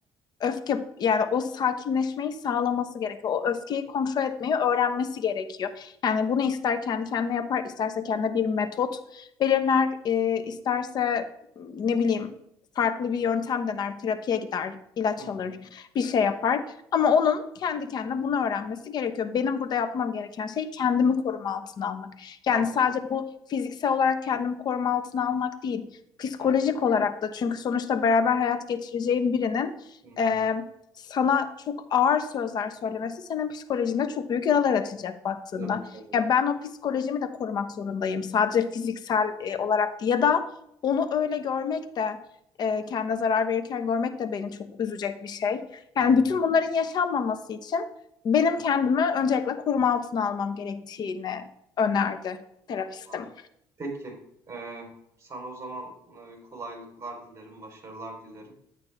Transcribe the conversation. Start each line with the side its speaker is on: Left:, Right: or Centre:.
Left: öfke yani o sakinleşmeyi sağlaması gerekiyor. O öfkeyi
Right: Hı
Left: kontrol etmeyi öğrenmesi gerekiyor. Yani bunu ister kendi kendine yapar, isterse kendine bir metot belirler, e, isterse ne bileyim farklı bir
Right: hı
Left: yöntem dener, terapiye gider, ilaç
Right: hı
Left: alır,
Right: hı.
Left: bir şey yapar. Ama onun kendi kendine
Right: hı.
Left: bunu öğrenmesi gerekiyor. Benim burada yapmam gereken şey kendimi koruma altına almak. Yani
Right: Anladım.
Left: sadece bu fiziksel olarak kendimi koruma altına almak değil, psikolojik
Right: Hı hı
Left: olarak da çünkü sonuçta beraber hayat geçireceğin birinin
Right: hı hı.
Left: e, sana çok ağır sözler söylemesi senin psikolojinde çok büyük yaralar açacak baktığında.
Right: Tabii tabii.
Left: Ya ben o psikolojimi de korumak zorundayım. Sadece fiziksel e, olarak değil. ya da onu öyle görmek de e, kendine zarar verirken görmek de beni çok üzecek bir şey.
Right: Hı
Left: Yani
Right: hı.
Left: bütün bunların yaşanmaması için benim kendimi öncelikle koruma altına almam gerektiğini önerdi terapistim.
Right: Anladım. Peki. Ee, sana o zaman e, kolaylıklar dilerim, başarılar dilerim.